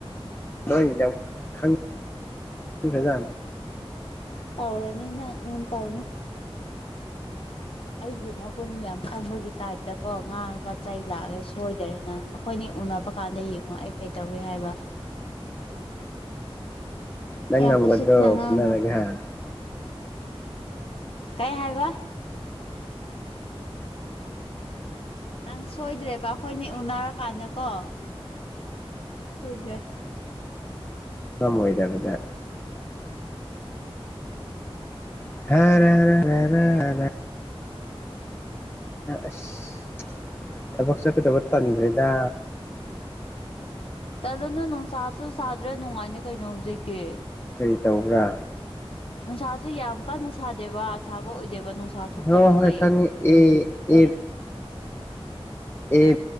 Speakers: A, on the left; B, on the left.
A: ꯅꯣꯏ ꯌꯥꯝ ꯈꯪ <unintelligible>
B: ꯇꯧꯔꯅꯤ ꯅꯪ ꯎꯝ ꯇꯧꯅꯤ ꯑꯩꯒꯤ ꯃꯒꯨꯟ ꯌꯥꯝ ꯈꯪꯕꯒꯤ ꯇꯥꯏꯞꯇ ꯀꯣ ꯉꯥꯡꯉꯒ ꯆꯩ ꯂꯥꯛꯑꯒ ꯁꯣꯏꯗꯔꯦ ꯅꯪ ꯑꯩꯈꯣꯏꯅꯤ ꯎꯅꯕ ꯀꯥꯟꯗ ꯌꯦꯡꯉꯣ ꯑꯩ ꯀꯩ ꯇꯧꯋꯦ ꯍꯥꯏꯕ
A: ꯅꯪ
B: ꯌꯥꯝ
A: ꯉꯝꯒꯗ꯭ꯔꯣ
B: ꯎꯁꯤꯠꯇꯅ ꯉꯥꯡꯅꯨ
A: ꯐꯨꯅꯔꯒ ꯍꯥ
B: ꯀꯩ ꯍꯥꯏꯕ ꯅꯪ ꯁꯣꯏꯗ꯭ꯔꯦꯕ ꯑꯩꯈꯣꯏꯅꯤ ꯎꯅꯔꯀꯥꯟꯗꯀꯣ ꯁꯣꯏꯗ꯭ꯔꯦ
A: ꯉꯝꯃꯣꯏꯗꯕꯗ <unintelligible> ꯑꯁ ꯊꯕꯛ ꯆꯠꯀꯗꯕ ꯇꯟꯒ꯭ꯔꯦꯗ
B: ꯇꯂꯅꯨ ꯅꯨꯡꯁꯥꯁꯨ ꯁꯥꯗ꯭ꯔꯦ ꯅꯨꯡꯉꯥꯏꯅꯦ ꯀꯩꯅꯣ ꯍꯧꯛꯖꯤꯛ ꯇꯤ
A: ꯀꯩ ꯇꯧꯕ꯭ꯔꯥ
B: ꯅꯨꯡꯁꯥꯁꯨ ꯌꯥꯝ ꯀꯟꯅ ꯁꯥꯗꯦꯕ ꯁꯥꯕ ꯑꯣꯏꯗꯦꯕ ꯅꯨꯡꯁꯥ ꯊꯣꯛꯇꯕꯒꯤ
A: ꯍꯣꯏ ꯍꯣꯏ ꯈꯪꯉꯤ ꯑꯦ ꯑꯦ ꯑꯦ